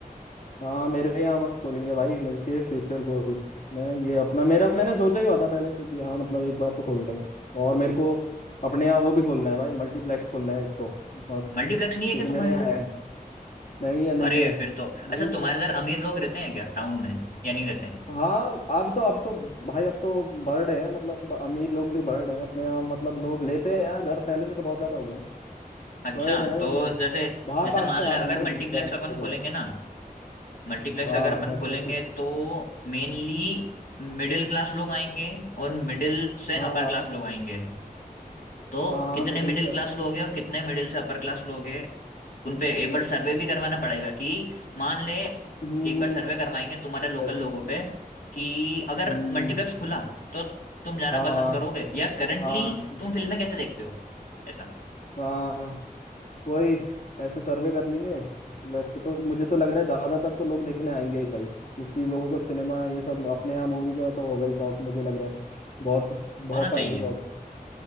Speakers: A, on the left; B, on the left.
A: हाँ मेरे यहाँ मस्त खोलेंगे भाई मिलके फ्यूचर गोल मैं ये अपना मेरा मैंने सोचा ही हुआ था पहले से कि हाँ मतलब एक बार तो खोलना ही है और मेरे को अपने यहाँ वो भी खोलना है भाई मल्टीप्लेक्स खोलना है एक तो मस्त
B: मल्टीप्लेक्स
A: क्योंकि
B: नहीं है क्या
A: मेरे
B: तुम्हारे
A: यहाँ
B: इधर
A: है नहीं नहीं है नहीं
B: अरे
A: है
B: फिर तो अच्छा
A: वही
B: तुम्हारे इधर अमीर लोग रहते हैं क्या टाउन में या नहीं रहते हैं
A: हाँ अब तो अब तो भाई अब तो बढ़ रहे हैं मतलब अमीर लोग भी बढ़ रहे हैं अपने यहाँ मतलब लोग लेते हैं यार घर पहले से तो बहुत ज्यादा हो गए हैं
B: अच्छा
A: बढ़ रहे
B: तो
A: हैं लोग
B: जैसे
A: बाहर
B: जैसे
A: बाहर
B: मान
A: से आ
B: ले
A: रहे
B: अगर
A: हैं लोग
B: मल्टीप्लेक्स
A: रहने
B: अपन
A: के
B: खोलेंगे
A: लिए
B: ना मल्टीप्लेक्स
A: हाँ
B: अगर अपन
A: मैं
B: खोलेंगे
A: सोच ही रहा
B: तो मेनली
A: हूँ
B: मिडिल क्लास लोग आएंगे और मिडिल से
A: हाँ
B: अपर क्लास लोग आएंगे तो
A: हाँ हाँ
B: कितने
A: मिडिल
B: मिडिल
A: से अपर
B: क्लास लोग हैं और कितने मिडिल से अपर क्लास लोग हैं उनपे एक बार सर्वे भी करवाना पड़ेगा कि मान ले एक
A: हम्म
B: बार सर्वे करवाएंगे तुम्हारे लोकल
A: जैसे
B: लोगों
A: कि-
B: पे कि अगर
A: हम्म
B: मल्टीप्लेक्स खुला तो तुम जाना
A: हाँ
B: पसंद करोगे या करंटली
A: हाँ
B: तुम फिल्में कैसे देखते हो ऐसा
A: हाँ वही ऐसे सर्वे कर लेंगे वैसे तो मुझे तो लग रहा है ज्यादातर तो लोग देखने आएंगे ही भाई क्योंकि लोगों को सिनेमा ये सब अपने यहाँ मूवी का तो होगा ही शौक मुझे लग रहा है बहुत बहुत
B: होना चाहिए
A: आएंगे बहुत